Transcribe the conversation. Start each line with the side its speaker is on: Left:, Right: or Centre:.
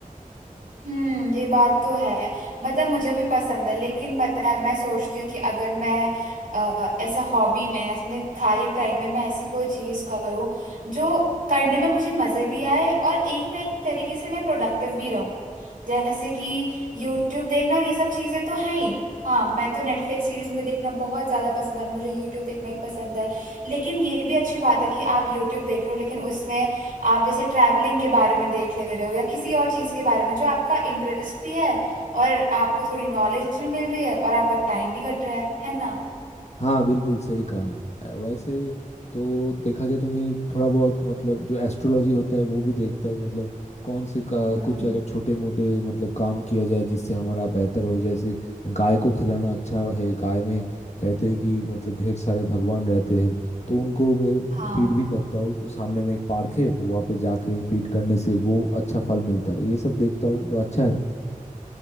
Right: हम्म ये बात तो है मतलब मुझे भी पसंद है लेकिन पता है मैं सोचती हूँ कि अगर मैं अ, ऐसा हॉबी में अपने खाली टाइम में मैं ऐसी कोई चीज करूँ जो करने में मुझे मजे भी आए और एक ना एक तरीके से मैं प्रोडक्टिव भी रहूँ जैसे कि यूट्यूब देखना और ये सब चीजें तो है ही हाँ मैं तो नेटफ्लिक्स सीरीज मुझे देखना बहुत ज्यादा पसंद है मुझे यूट्यूब देखना ही पसंद है लेकिन ये भी अच्छी बात है कि आप यूट्यूब देख रहे हो लेकिन उसमें आप जैसे ट्रैवलिंग के बारे में देख ले रहे हो या किसी और चीज के बारे में जो आपका इंटरेस्ट भी है और आपको थोड़ी नॉलेज भी मिल रही है और आपका टाइम भी कट रहा है है ना
Left: हाँ बिल्कुल सही कहा अ, वैसे तो देखा जाए तो मैं थोड़ा बहुत मतलब जो एस्ट्रोलॉजी होता है वो भी देखता हूँ मतलब कौन से का
Right: हम्म
Left: कुछ अगर छोटे मोटे मतलब काम किया जाए जिससे हमारा बेहतर हो जैसे गाय को खिलाना अच्छा है गाय में कहते हैं कि मतलब ढेर सारे भगवान रहते हैं तो उनको मैं
Right: हाँ
Left: फीड भी करता हूँ तो सामने में एक पार्क है तो वहाँ पे जाके फीड करने से वो अच्छा फल मिलता है ये सब देखता हूँ तो अच्छा है